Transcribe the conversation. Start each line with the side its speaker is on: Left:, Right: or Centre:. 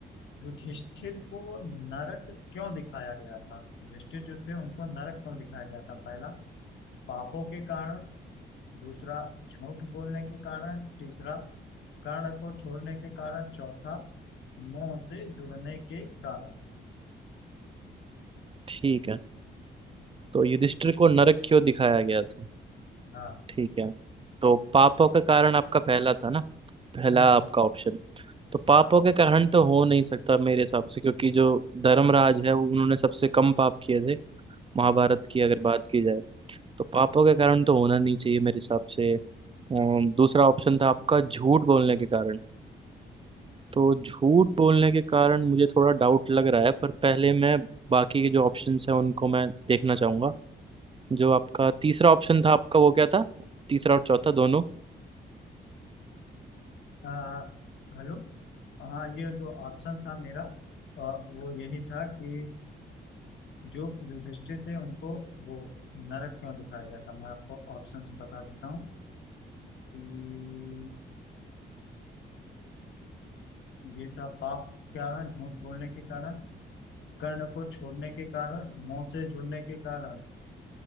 Left: युधिष्ठिर को नरक क्यों दिखाया गया था युधिष्ठिर जो थे उनको नरक क्यों दिखाया गया था पहला पापों के कारण दूसरा झूठ बोलने के कारण तीसरा कर्ण को छोड़ने के कारण चौथा मोह से जुड़ने के कारण
Right: ठीक है तो युधिष्ठिर को नरक क्यों दिखाया गया था
Left: हाँ
Right: ठीक है तो पापों का कारण आपका पहला था ना पहला
Left: हम्म,
Right: आपका ऑप्शन तो पापों
Left: हाँ
Right: के कारण तो हो नहीं सकता मेरे हिसाब से क्योंकि जो धर्मराज है वो उन्होंने सबसे कम पाप किए थे महाभारत
Left: हाँ
Right: की अगर बात की जाए तो पापों के कारण तो होना नहीं चाहिए मेरे हिसाब से अम, दूसरा ऑप्शन था आपका झूठ बोलने के कारण तो झूठ बोलने के कारण मुझे थोड़ा डाउट लग रहा है पर पहले मैं बाकी के जो ऑप्शंस हैं उनको मैं देखना चाहूंगा जो आपका तीसरा ऑप्शन था आपका वो क्या था तीसरा और चौथा दोनों
Left: आ, हेलो हाँ ये जो ऑप्शन था मेरा आ, वो यही था कि जो युधिष्ठिर थे उनको वो नरक क्यों दिखाया गया था मैं आपको ऑप्शंस बता देता हूँ कि ये था पाप के कारण झूठ बोलने के कारण कर्ण को छोड़ने के कारण मोह से जुड़ने के कारण